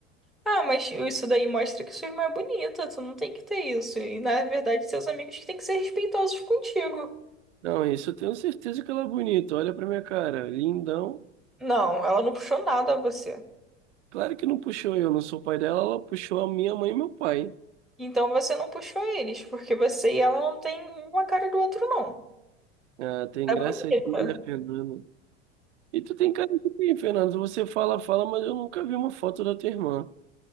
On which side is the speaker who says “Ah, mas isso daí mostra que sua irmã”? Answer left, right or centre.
Centre